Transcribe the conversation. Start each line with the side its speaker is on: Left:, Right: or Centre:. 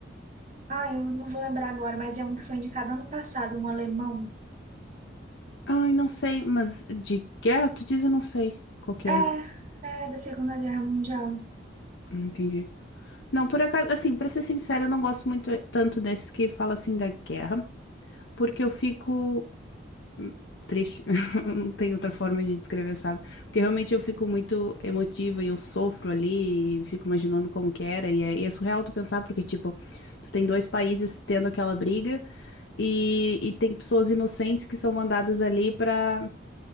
Right: Ah, eu não vou lembrar agora, mas é um que foi indicado ano passado, um alemão.
Left: Ai, não sei, mas de guerra, tu diz, eu não sei qual que
Right: É,
Left: é.
Right: é da Segunda Guerra Mundial.
Left: Não entendi. Não, por acaso, assim, pra ser sincera, eu não gosto muito eh, tanto desses que fala assim da guerra, porque eu fico hum, triste. <laughs> Não tem outra forma de descrever, sabe? Porque realmente eu fico muito emotiva e eu sofro ali, e fico imaginando como que era, e é, e é surreal tu pensar, porque, tipo, tu tem dois países tendo aquela briga e, e tem pessoas inocentes que são mandadas ali pra,